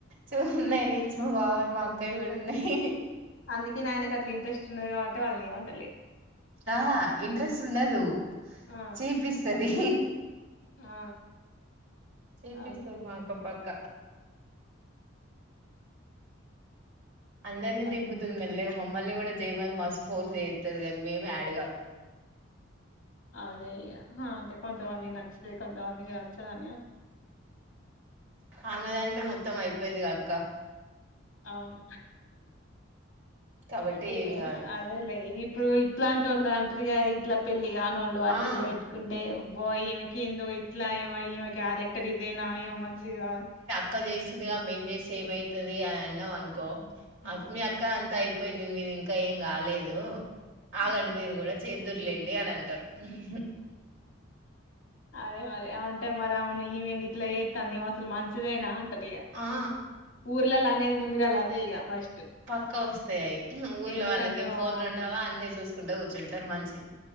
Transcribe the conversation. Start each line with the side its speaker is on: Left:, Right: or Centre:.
Right: చూస్తున్నాయి రీల్స్ మా బావ మా అక్కవి గూడ ఉన్నాయి
Left: అందుకేనే ఆయనకు అట్ల ఇంట్రెస్ట్ ఉన్నది కాబట్టి వాళ్ళని ఏమంట్
Right: ఆహా ఇంట్రెస్ట్ ఉండదు
Left: ఆ!
Right: చేపిస్తది
Left: ఆ
Right: చేపిస్తది
Left: అదే.
Right: మా అక్క పక్క అందరినీ
Left: అదే.
Right: దింపుతుంది మెల్లగా మమ్మల్ని గుడా చేయమని మస్తు ఫోర్స్ చెత్తది గాని మేమే ఆడ్ గామ్
Left: అదే ఇగ హ అంటే కొంతమందికి నచ్చుతది కొంతమందికి నచ్చదని
Right: ఆమెదంటే మొత్తం అయిపోయిందిగ అక్క
Left: అవును
Right: కాబట్టి
Left: ఇగ
Right: ఏం కాదు
Left: అదేలే ఇగ ఇప్పుడు ఇట్లాంటి వొళ్ళ అంట ట్రీ గా ఇట్లా పెళ్లి కానోళ్లు అటు
Right: ఆ
Left: ఇట్లా పెట్టుకుంటే అబ్బో ఈమెకి ఏందో ఇట్లా ఈమ ఈమె క్యారెక్టర్ ఇదేనా ఈమె మంచిది గాదు
Right: క్క చేస్తుందిగా మేం చేస్తే ఏమైతది అని అన్నావ్ అనుకో ఆ
Left: ఉమ్.
Right: మీ అక్క అంత పోయింది మీది ఇంకా ఏం గాలేదు ఆగండి
Left: ఉమ్.
Right: మీరు కూడా చేదుర్లేండి అని అంటారు ఉహు
Left: అదే మరి అ అంటే మరి అవును ఇమేంది ఇట్లా చేతంది ఈమె అసలు మంచిదేనా ఇగ
Right: ఆ
Left: ఊర్లల్ల అనేది ముందుగాల అదే ఇగ ఫస్ట్
Right: పక్కా వస్తాయి అయి ఊర్లో
Left: ఎందుకంటే
Right: వాళ్ళకేం ఫోన్లు
Left: ఆ
Right: ఉండవా అన్నీ చూసుకుంట కూర్చుంటారు మంచి